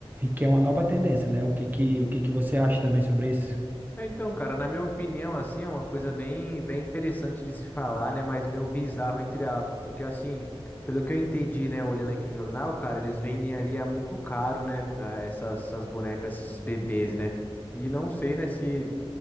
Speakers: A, on the right (about 20°); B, on the left (about 20°).
A: que é uma nova tendência, né? O que que, o que que você acha também sobre isso?
B: É, Então, cara, na minha opinião, assim, é uma coisa bem, bem interessante de se <laughs> falar, né? Mas meio bizarro, entre aspas, porque assim, pelo que eu entendi, né, olhando aqui o jornal, cara, eles vendem ali a muito caro, né? a Essas, essas bonecas, esses bebês, né? E não sei, né, se